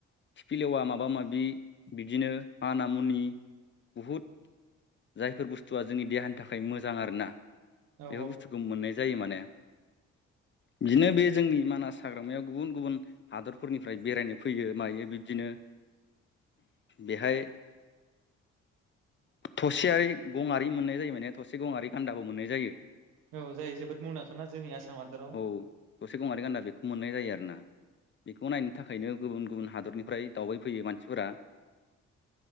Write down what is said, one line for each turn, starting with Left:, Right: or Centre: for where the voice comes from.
Left: खिफिलेवा माबा माबि बिदिनो माना मुनि बुहुद जायफोर बुस्थुआ जोंनि देहानि थाखाय मोजां आरोना
Right: औ
Left: बेफोर बुस्थुखौ मोननाय जायो माने बिदिनो बे जोंनि मानास हाग्रामायाव गुबुन गुबुन हादरफोरनिफ्राय बेरायनो फैयो मायो बिब्दिनो बेहाय थसेयारि गंयारि मोननाय जायो माने थसे गंयारि गान्दाबो मोननाय जायो ।
Right: औ जायो जोबोद मुंदांखाना जोंनि आसाम हादोराव
Left: औ थसे गंयारि गान्दा बे मोननाय जायो आरो ना। बेखौ नायनो थाखायनो गुबुन गुबुन हादरनिफ्राय दावबायफैयो मानसिफोरा